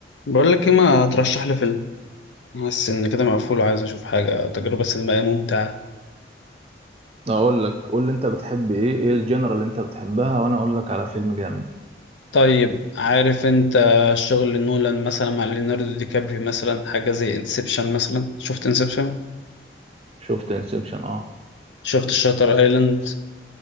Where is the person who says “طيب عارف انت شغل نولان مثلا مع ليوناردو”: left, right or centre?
Left